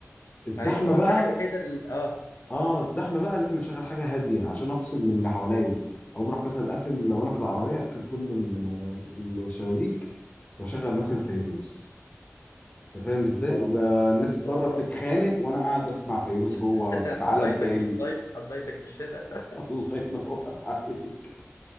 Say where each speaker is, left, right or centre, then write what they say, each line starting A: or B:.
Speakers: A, on the left; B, on the left.
A: الزحمه
B: ايوه هو
A: بقى
B: الحاجه الوحيده اللي اه
A: اه الزحمه بقى لازم اشغل حاجه هاديه عشان افصل من اللي حواليا او راح مثلا اقفل لو انا في العربيه اقفل كل ال- الشبابيك واشغل مثلا فيروز انت فاهم ازاي
B: الله
A: يبقى الناس
B: الله
A: بره بتتخانق وانا قاعد اسمع فيروز جوه
B: <laughs>
A: في عالم
B: حبيتك
A: تاني
B: بالصيف حبيتك بالشتاء
A: <laughs> الله ينور عليك